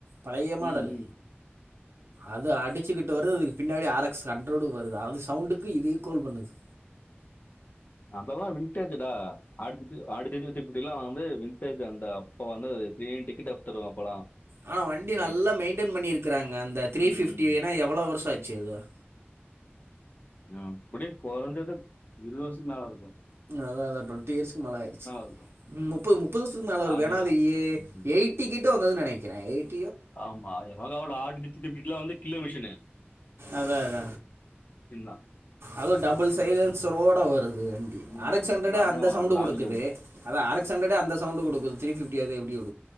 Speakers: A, on the right; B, on the left.
A: பழைய மாடல்
B: ம், ம்.
A: அது அடிச்சுக்கிட்டு வரு அதுக்கு பின்னாடி ஆர எக்ஸ் ஹன்றோடு வருது அது சவுண்டுக்கு இது ஈக்குவல் பண்ணுது
B: அதெல்லா விண்டேஜ் டா ஆடு <unintelligible> இப்டிலா வந்து விண்டேஜ் அந்த அப்போ வந்து <unintelligible> டிக்கெட் அ தருவ அப்பலாம்
A: ஆனா வண்டி
B: சோ
A: நல்ல
B: இப்
A: மெயின்டேன் பண்ணி இருக்காங்க அந்த த்ரீ
B: ம்,
A: ஃபிப்டி
B: ம்.
A: எனா எவ்ளோ வருஷம் ஆச்சு செரி தோழா
B: ஆ அப்டி கொழந்தைல இருவது வருசத்துமேல இருக்கு
A: அதா அதா டுவென்டி இயர்ஸ்கு மேல ஆயிருச்சு
B: இருக்கும்.
A: முப்பது முப்பது வருசத்துக்கு மேல இருக்கும்
B: ஆர்டிலாம்.
A: ஏனா எ
B: ம்.
A: எயிட்டி கிட் <unintelligible> வந்தது நெனைக்கிறேன் எயிட்
B: ஆமா எ <unintelligible> வந்து கிலோ மிஷின்னு
A: அத அத
B: தான்.
A: அதோரு டபள் சைலன்சரோட வருது வண்டி
B: ம்.
A: அரக்சண்டடே
B: பயங்கரமா
A: அந்த சவுண்ட்
B: இருக்கும்.
A: குடுக்குது
B: ராஜ் ரோட்.
A: அதே அரக்சண்டடே அந்த சவுண்ட் குடுக்குது திருப்பி <unintelligible> எப்டி